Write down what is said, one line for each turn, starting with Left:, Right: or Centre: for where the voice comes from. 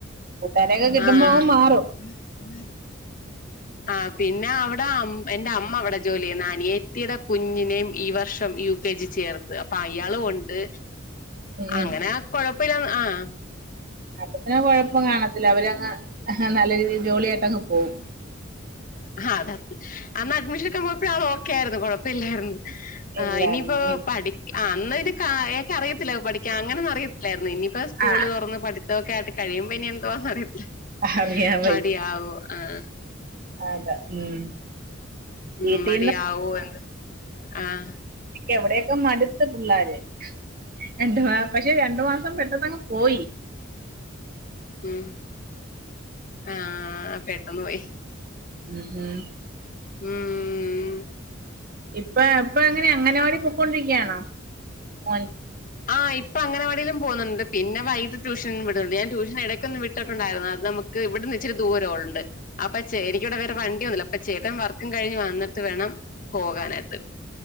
Right: കൂട്ടുകാരേയൊക്കെ കിട്ടുമ്പോ
Left: ആ
Right: അങ്ങ് മാറും
Left: <inaudible> ആഹ് പിന്നെ അവിടെ അം എന്റെ അമ്മ അവിടെ ജോലി ചെയ്യ്ന്ന് അനിയത്തീടെ കുഞ്ഞിനേം ഈ വർഷം യു കെ ജി ചേർത്ത് അപ്പൊ അയാളും ഒണ്ട്
Right: ഉം ഉം.
Left: അങ്ങനെ കൊഴപ്പമില്ലാന്ന് ആഹ്
Right: അപ്പപിന്നെ കൊഴപ്പം കാണത്തില്ല അവരങ്ങ് നല്ല രീതി ജോളിയായിട്ടങ്ങ് പോവും
Left: ആഹ് അതാ അന്ന് അഡ്മിഷനെട്ക്കാ പോയപ്പഴും ആൾ ഓക്കെ ആരുന്നു കൊഴപ്പില്ലാരുന്നു ആഹ്
Right: ഇല്ലായിരുന്നു
Left: ഇനിയിപ്പോ
Right: ഉം.
Left: പഠിക്ക് അന്ന് പിന്നെ കാ അയാക്ക് അറിയത്തില്ല പഠിക്കാ അങ്ങനൊന്നു അറിയത് ല്ലായിരുന്നു ഇനിയിപ്പോ സ്കൂള്
Right: ആ
Left: തുറന്ന് പഠിത്തൊക്കെ ആയിട്ട് കഴിയുമ്പോ ഇനി എന്തുവാന്നറിയത്തില്ല
Right: ആ, അറിയാം
Left: മടിയാവുവോ ആഹ്
Right: അതാ ഉം
Left: ഉം
Right: വീട്ടിൽ
Left: മടിയാവുവോ
Right: നിന്ന്
Left: എന്ന് ആഹ്
Right: ക്ക് എവിടേക്കെ മടുത്ത് പിള്ളാര് എന്തുവാ പക്ഷെ രണ്ടു മാസം പെട്ടെന്നങ്ങ് പോയി
Left: ഉം ആഹ് പെട്ടെന്ന് പോയി
Right: ഉം ഉം
Left: ഉം
Right: ഇപ്പ ഇപ്പ എങ്ങനെയാ അങ്ങനവാടി പൊക്കോണ്ടിരിക്ക്യാണോ മോൻ
Left: ആഹ് ഇപ്പ അംഗനവാടീലും പോന്നുണ്ട് പിന്നെ വൈകിട്ട് ട്യൂഷനും വിടുന്നുണ്ട് ഞാൻ ട്യൂഷന് എടക്കൊന്ന് വിട്ടിട്ടുണ്ടാരുന്നു അത് നമുക്ക് ഇവിടുന്ന് ഇച്ചിരി ദൂരവൊണ്ട് അപ്പൊ ചെ എനിക്കിവിടെ വേറെ വണ്ടിയോന്നുല്ല അപ്പൊ ചേട്ട്ൻ വർക്കും കഴിഞ്ഞ് വന്നിട്ട് വേണം പോകാനായിട്ട്